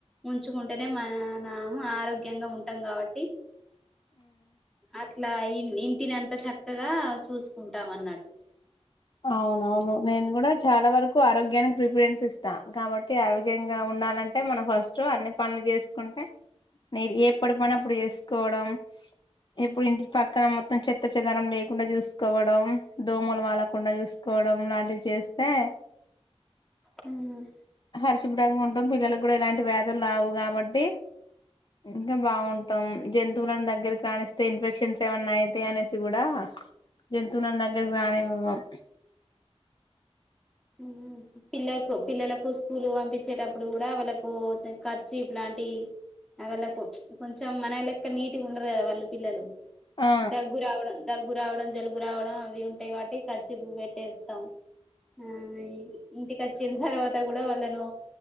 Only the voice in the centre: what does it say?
ఉంచుకుంటేనే మ నాము ఆరోగ్య ముంగా ఉంటాం కాబట్టి ఇట్లా ఇంటిని అంత చక్కగా చూసుకుంటాం అన్నట్టు
మ్మ్ హ్మ్
మ్మ్ పిల్లలకు పిల్లలకు స్కూలు పంపించేటప్పుడు కూడా వాళ్ళలకు ఖర్చు ఇలాంటి అ వాళ్ళకు కొంచెం మన లెక్క నీట్గా ఉండరు కదా వాళ్ళు పిల్లలు
దగ్గు రావడం దగ రావడం జలుబు రావడం అవి ఉంటాయి కాట్టి ఖర్చీ ప్ పెట్టేస్తాం ఆ ఇంటికి వచ్చిన తర్వాత కూడా వాళ్ళను